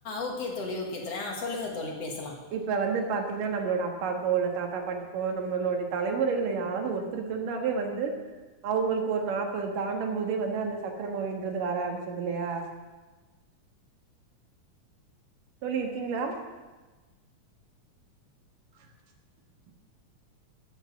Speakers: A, on the left; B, on the right.
A: ஓகே தோழி ஓகே தோழி ஆ சொல்லுங்க தோழி பேசலா
B: இப்ப வந்து பாத்தீங்கன்னா நம்மளோட அப்பாக்கோ இல்ல தாத்தா பாட்டிக்கோ நம்மளோடைய தலைமுறைகளை யாராவது ஒருத்தருக்கு இருந்தாவே வந்து அவங்களுக்கு ஒரு நாப்பத தாண்டம் போதே வந்து அந்த சக்கர நோய்ன்றது வர ஆரம்பிச்சது இல்லையா தோழி இருக்கீங்களா? <inaudible>